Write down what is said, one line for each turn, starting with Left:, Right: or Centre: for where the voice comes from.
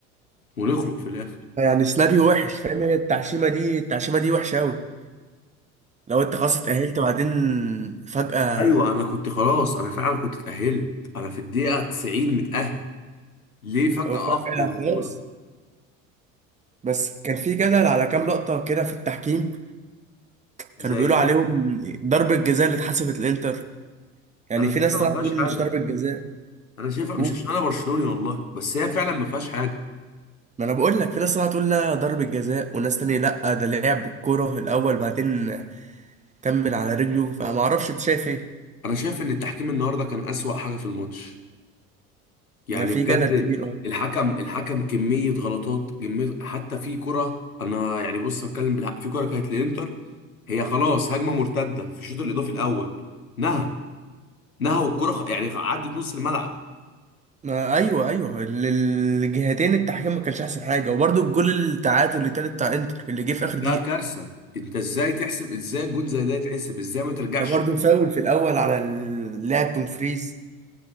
Left: ونخرج في الاخر
Right: يعني سيناريو وحش فاهم هي التعشيمة دي التعشيمة دي وحشة أوي لو انت خلاص اتأهلت وبعدين فجأة
Left: ايوه انا كنت خلاص انا فعلا كنت اتأهلت انا في الدقيقة 90 متأهل ليه فجأة
Right: أو فجأة
Left: اخرج من البطولة
Right: خلاص بس كان في جدل على كام لقطة كده في التحكيم
Left: زي
Right: كانوا بيقولوا
Left: ايه
Right: عليهم
Left: مثلا
Right: ضربة جزاء اللي اتحسبت الانتر يعني
Left: انا
Right: في
Left: شايفها
Right: ناس طلعت
Left: ما
Right: تقول
Left: فيهاش حاجة
Right: مش ضربة جزاء
Left: انا شايفها مش
Right: و-
Left: عشان انا برشلوني والله بس هي فعلا ما فيهاش حاجه
Right: ما انا بقول لك في ناس طلعت تقول لا ضربة جزاء وناس تانية لا ده لعب بالكرة الاول بعدين كمل على رجله فما اعرفش انت شايف ايه
Left: انا شايف ان التحكيم النهارده كان اسوأ حاجه في الماتش يعني
Right: ما في
Left: بجد
Right: جدل كبير اه
Left: الحكم الحكم كميه غلطات كميه حتى في كره انا يعني بص بتكلم بالحق في كره كانت للانتر هي خلاص هجمه مرتده في الشوط الاضافي الاول نهى نهى والكره خ... يعني عدت نص الملعب
Right: ما ايوه ايوه ال- الجهتين التحكيم ما كانش احسن حاجة وبرده الجول التعادل اللي تالت بتاع انتر اللي جه في اخر
Left: ده
Right: دقيقة
Left: كارثه انت ازاي تحسب ازاي جون زي ده يتحسب ازاي ما ترجعش
Right: ده برده فاول في الاول على اللاعب دومفريز